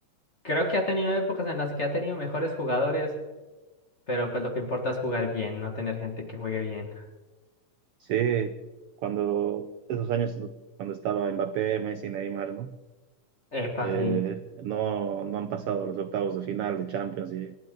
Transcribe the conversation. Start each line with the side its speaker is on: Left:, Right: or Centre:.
Left: creo que ha tenido épocas en las que ha tenido mejores jugadores, pero pues lo que importa es jugar bien, no tener gente que juegue bien.
Right: Sí, cuando esos años, cuando estaba Mbappé, Messi, Neymar, ¿no?
Left: Epa,
Right: eh,
Left: sí.
Right: no, no han pasado los octavos de final de Champions y